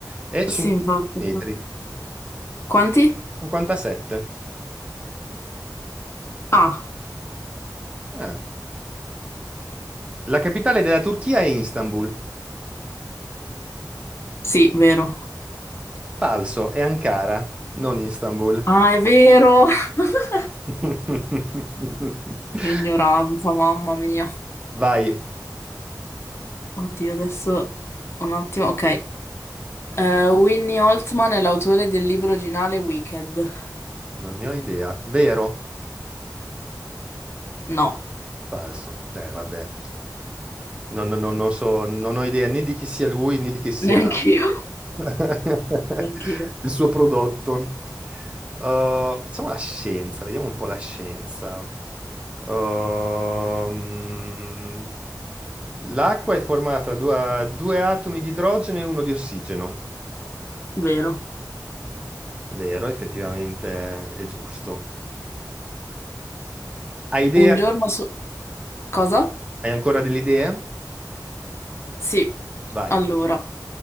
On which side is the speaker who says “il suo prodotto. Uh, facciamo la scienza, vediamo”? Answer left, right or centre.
Right